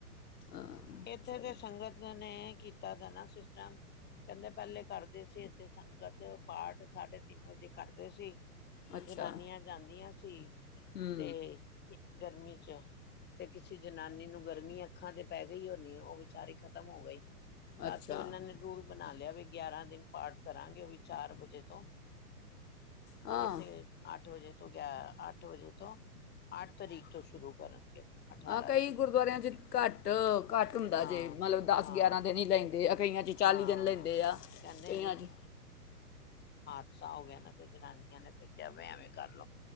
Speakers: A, on the left; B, on the left.
A: ਹਾਂ
B: ਇਥੇ
A: ਚਲੋ
B: ਤੇ ਸੰਗਤ ਨੇ ਕੀਤਾ ਦਾ ਤਾਂ ਕਹਿੰਦੇ ਪਹਿਲੇ ਕਰਦੇ ਸੀ ਏਥੇ ਸੰਗਤ, ਪਾਠ, ਸਾਢੇ ਤਿੰਨ ਵਜੇ ਕਰਦੇ ਸੀ।
A: ਅੱਛਾ
B: ਜਨਾਨੀਆਂ ਜਾਂਦੀਆਂ ਸੀ
A: ਹੂੰ
B: ਤੇ ਗਰਮੀ ਅੱਛਾ। ਤੇ ਕਿਸੇ ਜਨਾਨੀ ਨੂੰ ਗਰਮੀ ਹੈ। ਅੱਖਾਂ ਤੇ ਪੈ ਗਈ ਹੋਣੀ ਏ, ਉਹ ਵਿਚਾਰੀ ਖ਼ਤਮ ਹੋ ਗਈ।
A: ਅੱਛਾ
B: ਤੋਂ ਇਹਨਾਂ ਨੇ ਰੂਲ ਬ ਬਣਾ ਲਿਆ ਵੀ ਗਿਆਰਾਂ ਦਿਨ ਪਾਠ ਕਰਾਂਗੇ, ਉਹ ਵੀ ਚਾਰ ਵਜੇ ਤੋਂ।
A: ਹਾਂ
B: ਇੱਥੇ ਅੱਠ ਵਜੇ। ਤੋਂ ਗਿਆ ਅੱਠ ਵਜੇ ਤੋਂ, ਅੱਠ ਤਰੀਕ ਤੋਂ ਸ਼ੁਰੂ ਕਰਨਗੇ। ਅਠਾਰਾਂ
A: ਹਾਂ ਕਈ
B: ਤਰੀਕ,
A: ਗੁਰਦੁਆਰਿਆਂ
B: ਉੱਨੀ ਤਰੀਕ।
A: 'ਚ ਘੱਟ
B: ਤੱਕ
A: ਘੱਟ ਹੁੰਦਾ
B: ਹਾਂ
A: ਜੇ ਮੰਨ ਲਉ ਦਸ
B: ਹਾਂ
A: ਗਿਆਰਾਂ ਦਿਨ ਹੀ ਲੈਂਦੇ ਆ, ਕਈਆਂ ਚ ਚਾਲੀ
B: ਹਾਂ
A: ਦਿਨ ਲੈਂਦੇ ਆ,
B: ਕਹਿੰਦੇ
A: ਕਈਆਂ 'ਚ
B: ਗੁੱਸਾ ਹੋ ਗਿਆ ਨਾ, ਤੇ ਜਨਾਨੀਆਂ ਨੇ ਫਿਰ ਕਿਹਾ ਵੇੈਂ ਐਵੇਂ। ਕਰਲੋ